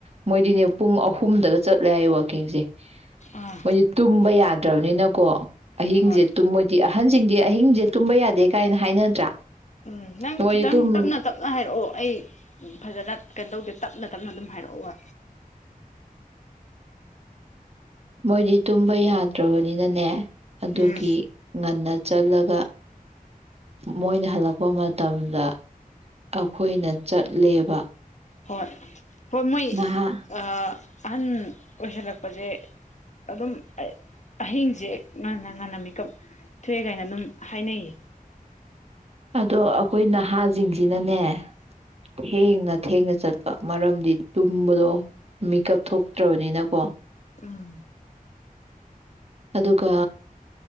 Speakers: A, on the right; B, on the left.
A: ꯃꯣꯏꯗꯤꯅꯦ ꯄꯨꯡ ꯑꯍꯨꯝꯗꯒ ꯆꯠꯂꯦ ꯍꯥꯏ ꯋꯥ ꯀꯤꯡꯖꯦ
B: ꯑꯥ
A: ꯃꯣꯏꯗꯤ ꯇꯨꯝꯕ ꯌꯥꯗ꯭ꯔꯕꯅꯤꯅꯀꯣ ꯑꯍꯤꯡꯁꯦꯨꯝ
B: ꯍꯣꯏ
A: ꯃꯣꯏꯗꯤ ꯑꯍꯟꯁꯤꯡꯗꯤ ꯑꯍꯤꯡꯁꯦ ꯇꯨꯝꯕ ꯌꯥꯗꯦ ꯀꯥꯏꯅ ꯍꯥꯏꯅꯗ꯭ꯔꯥ?
B: ꯎꯝ
A: ꯃꯣꯏꯗꯤ
B: ꯈꯤꯇꯪ
A: ꯇꯨꯝ
B: ꯇꯞꯅ - ꯇꯞꯅ ꯍꯥꯏꯔꯛꯑꯣ ꯑꯩ ꯐꯖꯅ ꯀꯩꯅꯣ ꯇꯧꯗꯦ ꯇꯞꯅ ꯇꯞꯅ ꯑꯗꯨꯝ ꯍꯥꯏꯔꯛꯑꯣ ꯋꯥ꯫
A: ꯃꯣꯏꯗꯤ ꯇꯨꯝꯕ ꯌꯥꯗ꯭ꯔꯕꯅꯤꯅꯅꯦ ꯑꯗꯨꯒꯤ
B: ꯎꯝ
A: ꯉꯟꯅ ꯆꯠꯂꯒ ꯃꯣꯏꯅ ꯍꯜꯂꯛꯄ ꯃꯇꯝꯗ ꯑꯩꯈꯣꯏꯅ ꯆꯠꯂꯦꯕ꯫
B: ꯍꯣꯏ꯫ ꯍꯣꯏ ꯃꯣꯏ
A: ꯅꯍꯥ
B: ꯑꯥ ꯑꯍꯟ ꯑꯣꯏꯁꯜꯂꯛꯄꯁꯦ ꯑꯗꯨꯝ ꯑꯍꯤꯡꯖ ꯉꯟꯅ ꯉꯟꯅ ꯃꯦꯀꯞ ꯊꯣꯛꯑꯦ ꯀꯥꯏꯅ ꯑꯗꯨꯝ ꯍꯥꯏꯅꯩꯌꯦ꯫
A: ꯑꯗꯣ ꯑꯩꯈꯣꯏꯅ ꯅꯍꯥꯖꯤꯡꯖꯤꯅꯅꯦ ꯊꯦꯡꯅ ꯊꯦꯡꯅ ꯆꯠꯄ ꯃꯔꯝꯗꯤ ꯇꯨꯝꯕꯗꯣ ꯃꯤꯀꯞ ꯊꯣꯛꯇ꯭ꯔꯕꯅꯤꯅꯀꯣ꯫
B: ꯎꯝ
A: ꯑꯗꯨꯒ